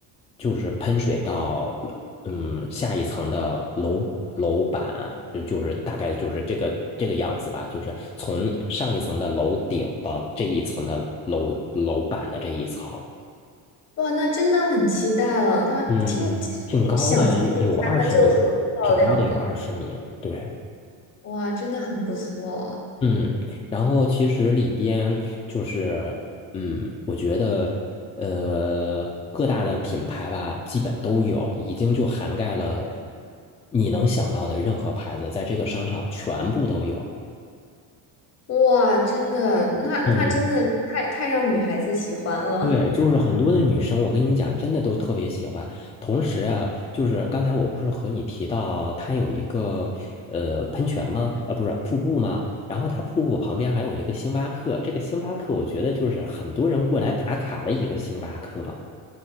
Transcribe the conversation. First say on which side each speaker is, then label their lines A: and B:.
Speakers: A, on the left; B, on the left.
A: 就是喷水到嗯下一层的楼楼板，呃就是大概就是这个这个样子吧，就是从上一层的楼顶到这一层的楼楼板的这一层，
B: 哇，那真的很期待了。它听，
A: 嗯，
B: 其实你想象一下，
A: 挺高的，有有二十米呢，
B: 它就很漂亮了。
A: 挺高的有二十米，对。
B: 哇，真的很不错。
A: 嗯，然后其实里边就是，嗯，我觉得，呃，各大的品牌吧，基本都有，已经就涵盖了你能想到的任何牌子，在这个商场全部都有。
B: 哇，真的，那那真的太太让女孩子喜欢了。
A: 嗯对，就是很多的女生，我跟你讲，真的都特别喜欢。同时啊，就是刚才我不是和你提到，它有一个呃喷泉吗？呃，不是瀑布吗？然后它瀑布旁边还有一个星巴克，这个星巴克我觉得就是很多人过来打卡的一个星巴克。